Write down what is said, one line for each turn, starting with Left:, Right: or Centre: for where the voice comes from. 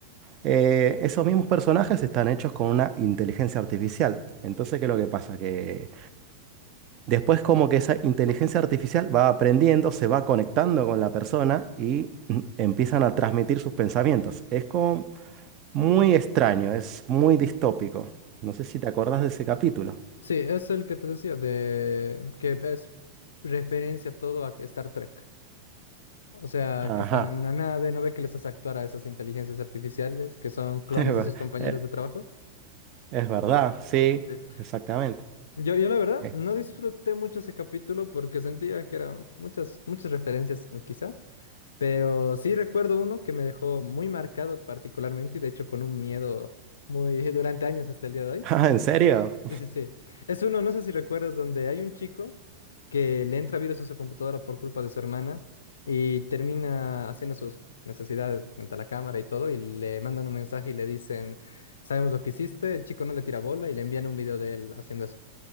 Right: Eh, esos mismos personajes están hechos con una inteligencia artificial. Entonces, ¿qué es lo que pasa? que Después como que esa inteligencia artificial va aprendiendo, se va conectando con la persona y <laughs> mm, empiezan a transmitir sus pensamientos. Es como muy extraño, es muy distópico. No sé si te acordás de ese capítulo.
Left: Sí, es el que te decía, de que es referencia todo a Star Trek. O sea,
Right: Ajá,
Left: que están en una nave, no ve que les hace actuar a esas inteligencias artificiales que son clones
Right: <laughs> es ver-
Left: de sus compañeros
Right: eh,
Left: de trabajo.
Right: es verdad, sí,
Left: Sí.
Right: exactamente.
Left: Yo, yo la verdad
Right: Eh,
Left: no disfruté mucho ese capítulo porque sentía que eran muchas, muchas referencias o quizá, pero sí recuerdo uno que me dejó muy marcado particularmente y de hecho con un miedo muy durante años hasta el día de hoy.
Right: <laughs> Ah, ¿en serio?
Left: Sí, sí, sí. Es uno, no sé si recuerdas, donde hay un chico que le entra virus a su computadora por culpa de su hermana y termina haciendo sus necesidades frente a la cámara y todo, y le mandan un mensaje y le dicen, sabemos lo que hiciste, el chico no le tira bola y le envían un video de él haciendo eso.